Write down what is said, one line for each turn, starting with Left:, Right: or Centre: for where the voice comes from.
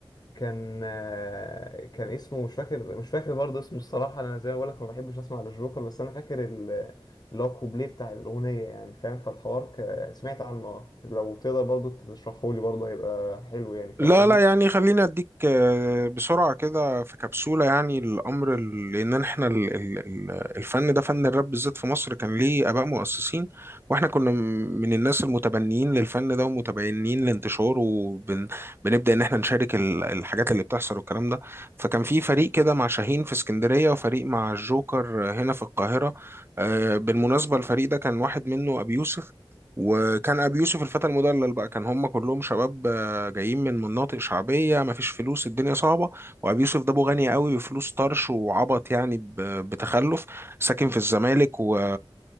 Left: كان آه، كان اسمه مش فاكر مش فاكر برضه اسمه الصراحة أنا زي ما بقولك ما بحبش أسمع للجوكر بس أنا فاكر ال- اللي هو الكوبليه بتاع الأغنية يعني فاهم فالحوار ك... يعني سمعت عنه اه لو تقدر برضه تشرحهولي برضه هيبقى حلو يعني فاهم
Right: لا
Left: قصدي
Right: لا يعني خليني اديك آه، بسرعة كده في كبسولة يعني الامر ال- لان احنا ال- ال- ال- الفن ده فن الراب بالذات في مصر كان ليه اباء مؤسسين واحنا كنا م- من الناس المتبنيين للفن ده ومتبنيين لانتشاره وبنبدأ ان احنا نشارك ال- الحاجات اللي بتحصل والكلام ده فكان في فريق كده مع شاهين في اسكندرية وفريق مع الجوكر هنا في القاهرة آه، بالمناسبة الفريق ده كان واحد منه ابي يوسف وكان ابي يوسف الفتى المدلل بقى كان هم كلهم شباب جايين من مناطق شعبيه مفيش فلوس الدنيا صعبه وابي يوسف ده ابو غني قوي وفلوس طرش وعبط يعني ب- بتخلف ساكن في الزمالك و